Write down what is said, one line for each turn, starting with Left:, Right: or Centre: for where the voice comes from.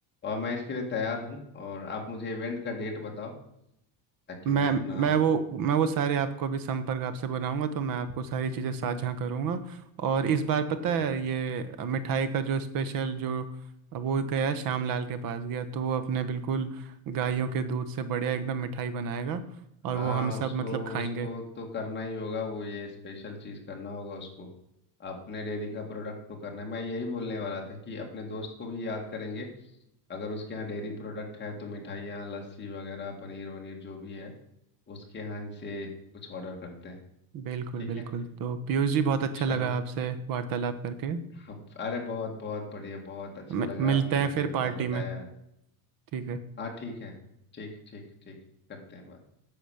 Left: और मैं इसके लिए तैयार हूँ और आप मुझे इवेंट का डेट बताओ ताकि
Right: मैं
Left: मैं अपना
Right: मैं वो मैं वो सारे आपको अभी संपर्क आपसे बनाऊंगा तो मैं आपको सारी चीज़ें साझा करूंगा और इस बार पता
Left: जी
Right: है ये मिठाई का जो स्पेशल जो वो गया श्याम लाल के पास गया तो वो अपने बिल्कुल गायों के दूध से बढ़िया एकदम मिठाई बनाएगा और
Left: हाँ
Right: वो हम सब
Left: उसको
Right: मतलब खाएंगे
Left: उसको तो करना ही होगा वो ये स्पेशल चीज़ करना होगा उसको अपने डेयरी का प्रोडक्ट तो करना है मैं यही बोलने वाला था कि अपने दोस्त को भी याद करेंगे अगर उसके यहाँ डेयरी प्रोडक्ट है तो मिठाइयाँ लस्सी वगैरह पनीर वनीर जो भी है उसके यहाँ ही से कुछ ऑर्डर करते हैं
Right: बिल्कुल
Left: ठीक
Right: बिल्कुल
Left: है
Right: तो पीयूष जी बहुत अच्छा
Left: चलो
Right: लगा आपसे वार्तालाप करके
Left: हम- अरे बहुत बहुत बढ़िया बहुत अच्छा
Right: मि-
Left: लगा
Right: मिलते
Left: आपने
Right: हैं
Left: मुझे
Right: फिर
Left: इतना
Right: पार्टी
Left: बताया
Right: में
Left: यार
Right: ठीक है
Left: हाँ ठीक है ठीक ठीक ठीक करते हैं बात